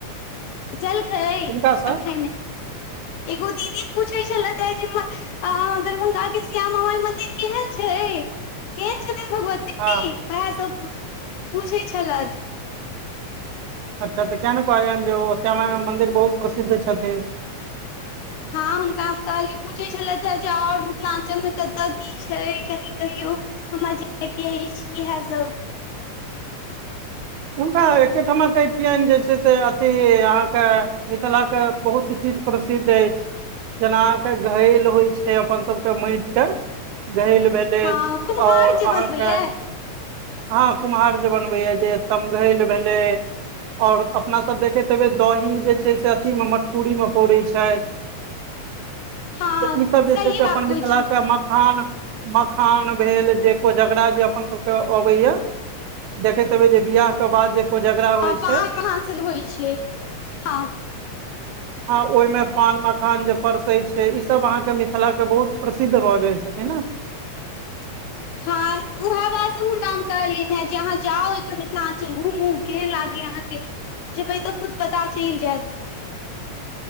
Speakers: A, on the left; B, on the right.
A: जलखै
B: किनकासँ
A: अखन नय एगो दीदी पूछै छलैथ हे जे म आ दरभंगा के श्यामा माइ मन्दिर केहन छै? केहन छथिन भगवती।
B: हँ।
A: ती वैहे सब पूछै छलथि।
B: अच्छा तऽ किये ने कहलियै हनजे ओ श्यामा माइ मन्दिर बहुत प्रसिद्ध छथिन।
A: हँ हुनका हम कहलियै पूछैत छलथि। हेँ जे आओर मिथिलाञ्चलमे कतऽ की छै। कनि कहियौ हमर <unintelligible> अछि इहे सब।
B: हुनका एकेठमा कहितियनि जे छै से अथि अहाँके मिथिलाके बहुत चीज प्रसिद्ध अछि जेना अहाँके घैल होइ छै। अपन सबके माटिके घैल भेलै
A: हँ कुम्हार
B: आओर
A: जे बनबैये
B: अहाँके हँ कुम्हार जे बनबै ये जे तमघैल भेलै। ओर अपना सब देखैत हेबे दही जे छै। से अथी मे मटकूरी मे पौड़ै छै।
A: हँ
B: तऽ ईसभ जे
A: सही
B: छै। से
A: बात
B: अपन
A: कहै
B: मिथिलाके
A: छी
B: मखान मखान भेल जे कोजगरा जे अपन सब के अबे या देखैत हेबे जे बिियाह के बाद जे कोजगरा होइ
A: हँ पइ
B: छै
A: कहाँ से धोइ छ। हँ
B: हँ ओहिमे पान मखान जे परसैत छै। ईसभ अहाँके मिथिला के बहुत प्रसिद्ध भऽ जाइत छथि। ने
A: हँ उह बात हुनकाम कहलियनि हे जे अहाँ जाउ एो मिथिलाञ्चल घुमू केहन लागी। अहाँके जेबै तऽ खुद पता चलि जायत।